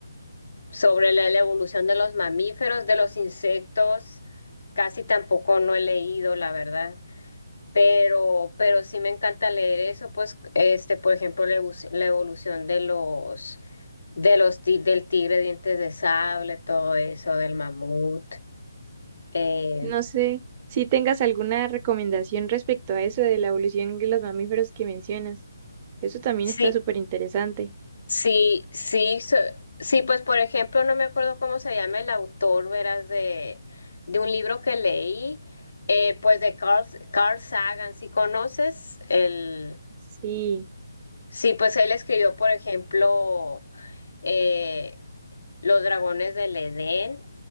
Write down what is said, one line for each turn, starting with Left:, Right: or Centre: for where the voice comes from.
Left: sobre la, la evolución de los mamíferos, de los insectos, casi tampoco no he leído, la verdad. Pero, pero sí me encanta leer eso, pues, este, por ejemplo, la evoluc- la evolución de los De los ti- del tigre dientes de sable, todo eso, del mamut. Eh,
Right: No sé si tengas alguna recomendación respecto a eso de la evolución de los mamíferos que mencionas. Eso también
Left: sí,
Right: está súper interesante.
Left: sí, sí, so- sí, pues por ejemplo, no me acuerdo cómo se llama el autor, verás, de, de un libro que leí, eh, pues de Carl, Carl Sagan, si conoces el,
Right: Sí,
Left: sí, pues él escribió, por ejemplo, eh, Los dragones del Edén,